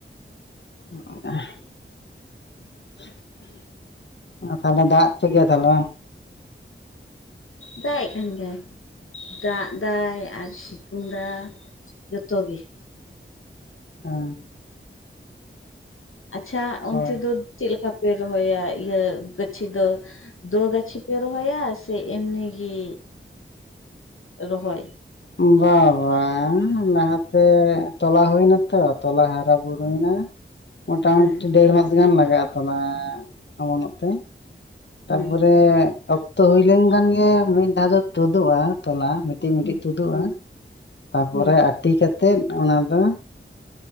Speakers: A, on the left; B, on the left.
A: <inaudible> ᱛᱟᱦᱞᱮ ᱫᱟᱜ ᱠᱮᱫ ᱜᱮᱭᱟᱭ ᱛᱟᱦᱞᱮ ᱵᱟᱝ?
B: ᱫᱟᱜ ᱮᱫ ᱠᱟᱱ ᱜᱮᱭᱟᱭ᱾ ᱫᱟᱜ ᱫᱟᱭ ᱟᱨ ᱥᱤᱛᱩᱝ ᱫᱟ᱾ ᱡᱚᱛᱚ ᱜᱮ᱾
A: ᱦᱩᱸ᱾
B: ᱟᱪᱪᱷᱟ ᱚᱱᱛᱮ
A: ᱦᱳᱭ
B: ᱫᱚ ᱪᱮᱫ ᱞᱮᱠᱟᱯᱮ ᱨᱚᱦᱚᱭᱟ ᱤᱭᱟᱹ ᱜᱟᱹᱪᱷᱤ ᱫᱚ? ᱫᱳ ᱜᱟᱪᱷᱤ ᱯᱮ ᱨᱚᱦᱚᱭᱟ ᱥᱮ ᱮᱢᱱᱤ ᱜᱤ ᱨᱚᱦᱚᱭ?
A: ᱵᱟ ᱵᱟᱝ ᱞᱟᱦᱟᱛᱮ ᱛᱚᱞᱟ ᱦᱩᱭᱱᱟᱛᱚ᱾ ᱛᱚᱞᱟ ᱦᱟᱨᱟ ᱵᱩᱨᱩᱭᱱᱟ, ᱢᱚᱴᱟᱢᱩᱴᱤ
B: ᱦᱮᱸ
A: ᱰᱮᱲ ᱢᱟᱥ ᱜᱟᱱ ᱞᱟᱜᱟᱜ-ᱟ ᱛᱚ ᱱᱚᱣᱟ ᱚᱢᱚᱱᱚᱜ ᱛᱮ? ᱛᱟᱯᱚᱨᱮ
B: ᱦᱮᱸ
A: ᱚᱠᱛᱚ ᱦᱩᱭ ᱞᱮᱱ ᱠᱷᱟᱱ ᱜᱮ ᱢᱤᱫ ᱫᱷᱟᱣ ᱫᱚ ᱛᱩᱫᱩᱜ-ᱟ ᱛᱚᱞᱟ ᱛᱤᱱ
B: ᱦᱮᱸ
A: ᱛᱩᱫᱩᱜ-ᱟ
B: ᱦᱮᱸ
A: ᱛᱟᱯᱚᱨᱮ
B: ᱦᱮᱸ
A: ᱟᱴᱤ ᱠᱟᱛᱮᱫ ᱚᱱᱟ ᱫᱚ